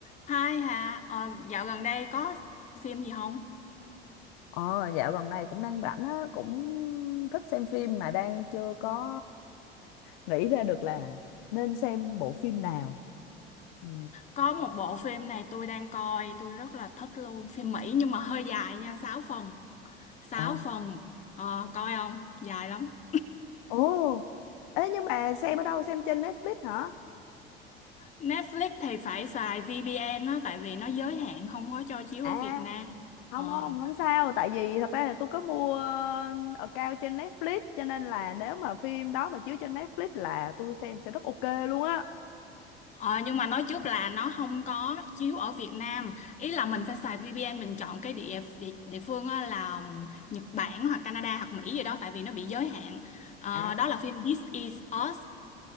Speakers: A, on the left; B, on the left.
A: Hai hả? Ờ, dạo gần đây có phim gì không?
B: Ờ, dạo gần này cũng đang rảnh á, cũng thích xem phim mà đang chưa có nghĩ ra được là nên xem bộ phim nào. Ừ.
A: Có một bộ phim này tôi đang coi, tôi rất là thích luôn. Phim Mỹ nhưng mà hơi dài nha, 6 phần. sáu
B: Ờ.
A: phần, ờ, coi không? Dài lắm.
B: Ồ, ê nhưng mà xem ở đâu? Xem trên Netflix hả?
A: Netflix thì phải xài VPN đó, tại vì nó giới hạn không có cho chiếu
B: À,
A: ở Việt Nam.
B: không
A: Ờ,
B: không không sao, tại vì thật ra là tôi có mua ờ, account trên Netflix cho nên là nếu mà phim đó mà chiếu trên Netflix là tôi xem sẽ rất ok luôn á.
A: Ờ, nhưng mà nói trước là nó không có chiếu ở Việt Nam ý là mình phải xài VPN mình chọn cái địa địa, địa phương á là um, Nhật Bản hoặc Canada hoặc Mỹ gì đó tại vì nó bị giới hạn Ờ,
B: À,
A: đó là phim This Is Us